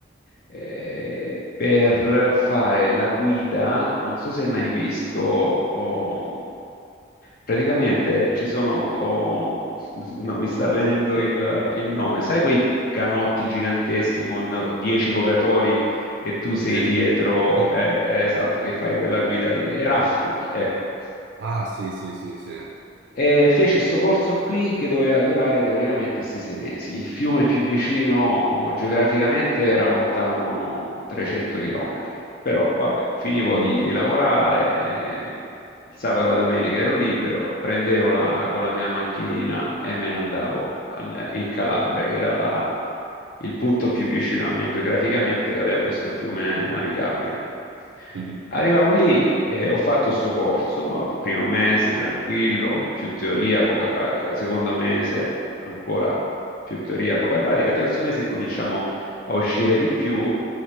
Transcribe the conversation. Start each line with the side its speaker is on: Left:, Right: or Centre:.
Left: eh, per fare la guida, non so se hai mai visto... oh, Praticamente ci sono, oh, <laughs> non mi sta venendo il, il nome, sai quei canotti giganteschi con 10 vogatori e tu sei
Right: Sì?
Left: dietro,
Right: Sì.
Left: eh, eh, esatto, che fai quella guida lì, e rafting, ecco.
Right: Ah, sì, sì, sì, sì.
Left: E feci questo corso qui che doveva durare teoricamente sti sei mesi. Il fiume più vicino oh, geograficamente era lontano 300 km, però vabbè, finivo
Right: Mm,
Left: di lavorare, eh, il sabato e la domenica ero libero, prendevo la- con la mia macchinina e me ne andavo an- in Calabria, che era la- il punto più vicino a me geograficamente, che aveva questo fiume navigabile.
Right: mhm,
Left: Arrivavo lì e ho fatto sto corso, primo mese tranquillo, più teoria, poca pratica, secondo mese ancora più teoria, poca pratica, terzo mese incominciamo a uscire di più,